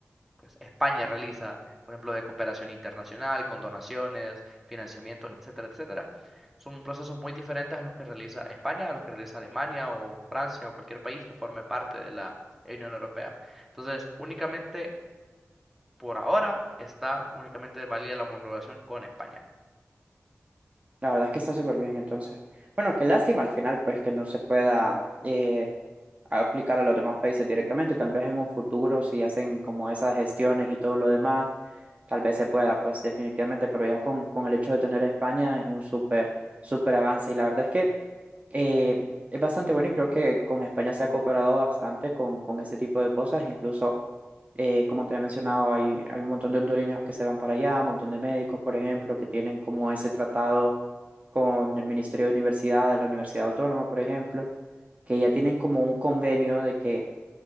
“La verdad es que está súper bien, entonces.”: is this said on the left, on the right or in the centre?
Right